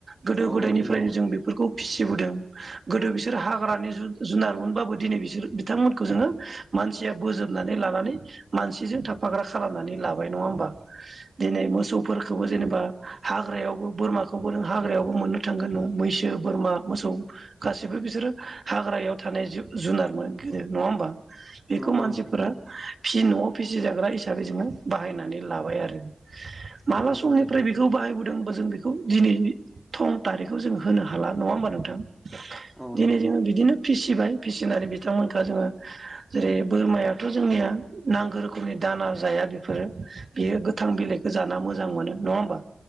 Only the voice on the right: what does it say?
गोदो
गोदायनिफ्रायनो
जों बेफोरखौ फिसिबोदों। गोदो बिसोर हाग्रानि जुन जुनारमोनबाबो दिनै बिसोर बिथांमोनखौ जोङो मानसिया बोजोबनानै लानानै मानसिजों थाफा फाग्रा खालामनानै लाबाय नङा होम्बा दिनै मोसौफोरखौबो जेनेबा हाग्रायावबो बोरमा खौबो नों हाग्रायावबो मोननो थांगोन मैसो बोरमा मोसौ गासैबो बिसोर हाग्रायाव थानाय जुनार मोन गोदो नङा होमबा बेखौ
मानसिफोरा
फिसिनो न'आव फिसिजाग्रा हिसाबै जोङो बाहायनानै लाबाय आरो माला
सम निफ्राय
बेखौ बाहाय बुदों बा जों बेखौ दिनै थं थारिखखौ जोङो होनो हाला नङा होमबा नोंथां
दिनै
जोङो बिदिनो फिसिबाय फिसिनानै बिथांमोनखौ जोङो जेरै बोरमायाथ' जोंनिया नांगौ रोखोमनि दान दाना जाया बेफोरो बेयो गोथां बिलाइखौ जाना मोजां मोनो नङा होमबा